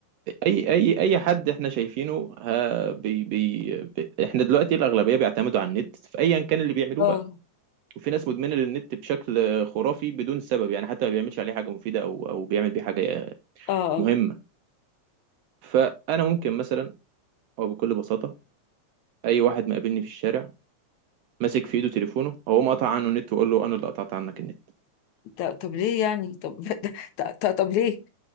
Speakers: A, on the right; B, on the left.
A: اي اي اي حد احنا شايفينه ها بي بي بي احنا دلوقتي الاغلبية بيعتمدوا على النت في ايا كان اللي بيعملوه
B: اه
A: بقى وفي ناس مدمنة للنت بشكل خرافي بدون سبب يعني حتى ما بيعملش عليه حاجة مفيدة او او بيعمل بيه حاجة
B: اه آه.
A: مهمة فانا ممكن مثلا او بكل بساطة اي واحد مقابلني في الشارع ماسك في ايده تليفونه هو قطع عنه النت وقول له انا اللي قطعت عنك النت
B: ط- طب ليه يعني طب <laughs> طب, طب ليه